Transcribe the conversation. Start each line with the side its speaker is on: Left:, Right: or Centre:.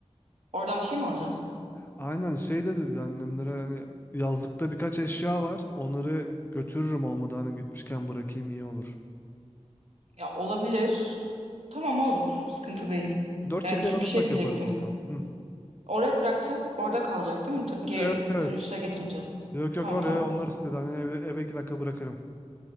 Right: Oradan bir şey mi alacağız?
Left: Aynen şey de dedi annemlere hani yazlıkta birkaç eşya var. Onları götürürüm olmadı hani gitmişken bırakayım iyi olur.
Right: Ya olabilir. Tamam olur. Sıkıntı değil.
Left: Dört
Right: Yani
Left: çeker
Right: çünkü
Left: alırsak
Right: şey diyecektim.
Left: yaparım zaten. Hı.
Right: Oraya bırakacağız. Orada kalacak değil mi? T- Geri
Left: Evet evet.
Right: dönüşte getirmeyeceğiz.
Left: Yok yok
Right: Tamam
Left: oraya
Right: tamam.
Left: onlar istedi. Hani eve, eve iki dakika bırakırım.